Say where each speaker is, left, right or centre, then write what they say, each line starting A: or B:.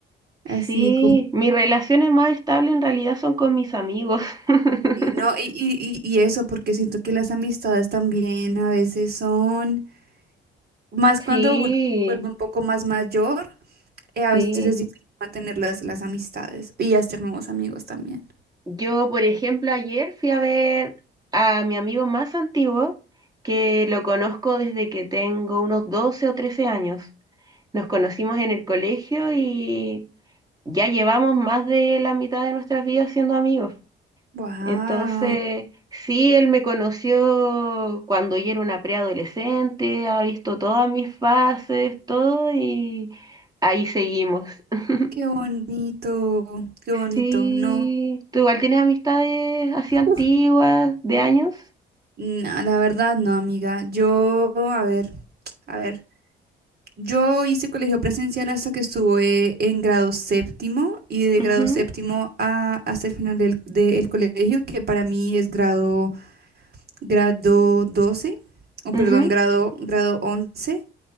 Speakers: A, on the right; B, on the right.
A: así
B: Sí,
A: como...
B: mis relaciones más estables en realidad son con mis amigos. <laughs>
A: Y no, y, y, y y eso, porque siento que las amistades también a veces son, más cuando
B: Sí,
A: uno se vuelve un poco más mayor, eh, a
B: sí.
A: veces es difícil mantener las, las amistades y hacer nuevos amigos también.
B: Yo, por ejemplo, ayer fui a ver a mi amigo más antiguo, que lo conozco desde que tengo unos 12 o 13 años. Nos conocimos en el colegio y ya llevamos más de la mitad de nuestras vidas siendo amigos.
A: Wow,
B: Entonces, sí, él me conoció cuando yo era una preadolescente, ha visto todas mis fases, todo, y ahí seguimos. <laughs>
A: qué bonito, qué bonito,
B: Sí,
A: ¿no?
B: ¿tú igual tienes amistades así antiguas,
A: Uf,
B: de años?
A: no, la verdad, no, amiga. Yo, a ver, a ver. Yo hice colegio presencial hasta que estuve en grado séptimo y de
B: Ujú,
A: grado séptimo a, hasta el final del, del colegio, que para mí es grado, grado doce o
B: ujú.
A: perdón, grado, grado 11,